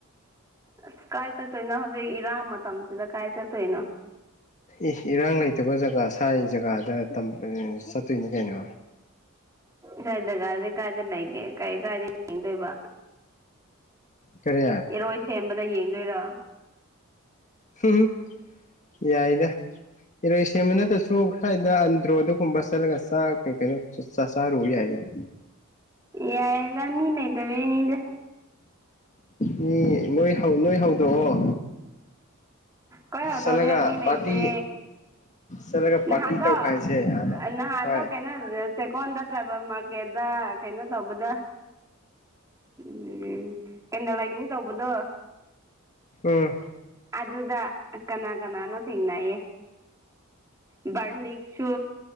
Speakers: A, on the right (about 15°); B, on the left (about 35°).
A: ꯑꯁ ꯀꯥꯏ ꯆꯠꯇꯣꯏꯅꯣ ꯍꯧꯖꯤꯛ ꯏꯔꯥꯡ ꯃꯇꯝꯁꯤꯗ ꯀꯥꯏ ꯆꯠꯇꯣꯏꯅꯣ
B: ꯏꯁ ꯏꯔꯥꯡ ꯂꯩꯇꯕ ꯖꯒꯥ ꯁ꯭ꯋꯥꯥꯏ ꯖꯒꯥꯗ ꯇꯝ ꯆꯠꯇꯣꯏꯅꯤ ꯀꯩꯅꯣ
A: ꯅꯣꯏ ꯗꯖꯥꯔꯗꯤ ꯀꯥꯏꯗ ꯂꯩꯒꯦ ꯀꯔꯤ ꯀꯥꯏꯗ ꯌꯦꯡꯗꯣꯏꯕ
B: ꯀꯔꯤ
A: ꯏꯔꯣꯏ ꯁꯦꯝꯕꯗ ꯌꯦꯡꯗꯣꯏꯔꯣ
B: ꯍꯨꯝ ꯍꯨꯝ ꯌꯥꯏꯗ ꯏꯔꯣꯏ ꯁꯦꯝꯕ ꯅꯠꯇ꯭ꯔꯁꯨ ꯁꯨ ꯁ꯭ꯋꯥꯏꯗ ꯑꯟꯗ꯭ꯔꯣꯗꯒꯨꯝꯕ ꯆꯠꯂꯒ ꯆꯥꯛ ꯀꯩ ꯀꯩꯅꯣ ꯆꯥ ꯆꯥꯔꯨꯕꯥ ꯌꯥꯏꯗꯅ
A: ꯌꯥꯏꯌꯦꯗ ꯃꯤ ꯂꯩꯇꯕꯩꯅꯤꯗ
B: ꯃꯤ ꯅꯣꯏ ꯍꯧ ꯅꯣꯏ ꯍꯧꯗꯣꯛꯑꯣ
A: ꯀꯩꯍꯧꯗꯧꯅꯤꯉꯥꯏ
B: ꯆꯠꯂꯒ
A: ꯃꯤ ꯂꯩꯇꯦ
B: ꯄꯥꯔꯇꯤ ꯆꯠꯂꯒ
A: ꯅꯍꯥꯟꯗꯣ
B: ꯄꯥꯔꯇꯤ ꯇꯧꯈꯥꯏꯁꯦ ꯑꯥꯗ
A: ꯑꯥ ꯅꯍꯥꯟꯗ
B: ꯍꯣꯏ
A: ꯀꯩꯅꯣ ꯆꯦꯛꯀꯣꯟꯗ ꯇ꯭ꯔꯥꯏꯕꯦꯜ ꯃꯥꯔꯀꯦꯠꯗ ꯀꯩꯅꯣ ꯇꯧꯕꯗ ꯎꯝ ꯑꯦꯟꯅꯥꯂꯥꯏꯇꯤꯡ ꯇꯧꯕꯗꯣ
B: ꯑꯥ
A: ꯑꯗꯨꯗ ꯀꯅꯥ ꯀꯅꯥꯅꯣ ꯊꯦꯡꯅꯩꯌꯦ ꯕꯔꯅꯤꯛ ꯁꯨ